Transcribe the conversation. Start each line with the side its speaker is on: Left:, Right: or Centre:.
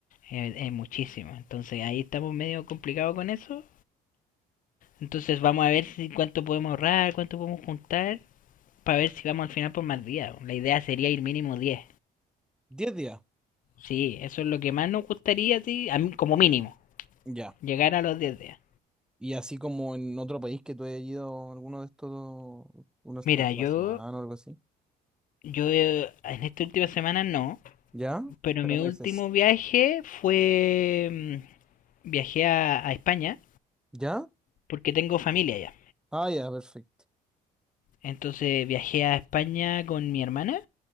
Left: es, es muchísimo. Entonces ahí estamos medio complicados con eso. Entonces vamos a ver si cuánto podemos ahorrar, cuánto podemos juntar para ver si vamos al final por más días. La idea sería ir mínimo diez
Centre: Diez días,
Left: Sí, eso es lo que más nos gustaría, sí, a mí, como mínimo,
Centre: ya.
Left: llegar a los 10 días.
Centre: Y así como en otro país que tú hayas ido alguno de estos, unas
Left: Mira,
Centre: últimas
Left: yo,
Centre: semanas o algo así.
Left: yo eh, en esta última semana no,
Centre: ¿Ya?
Left: pero
Centre: Pero
Left: mi
Centre: meses.
Left: último viaje fue, mm, viajé a, a España
Centre: ¿Ya?
Left: porque tengo familia allá.
Centre: Ah, ya, perfecto.
Left: Entonces viajé a España con mi hermana